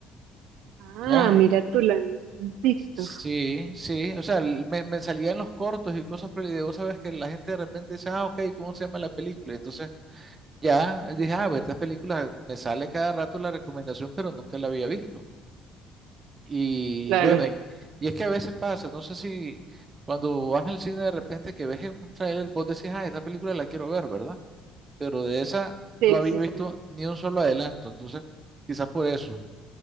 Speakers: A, on the right; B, on the right.
A: Ah,
B: Ya,
A: mira tú la viste en TikTok.
B: sí, sí, o sea, el- me, me salían los cortos y cosas, pero y vos sabes que la gente de repente dice, ah, ok, ¿cómo se llama la película? Y entonces ya dije, ah, a ver, esta película me sale cada rato la recomendación, pero nunca la había visto. Y
A: Claro.
B: bueno, y, y es que a veces pasa, no sé si cuando vas al cine de repente que ves en un tráiler, vos decís, ah, esta película la quiero ver, ¿verdad? pero de esa
A: Sí,
B: no había
A: sí,
B: visto
A: sí.
B: ni un solo adelanto, entonces quizás por eso,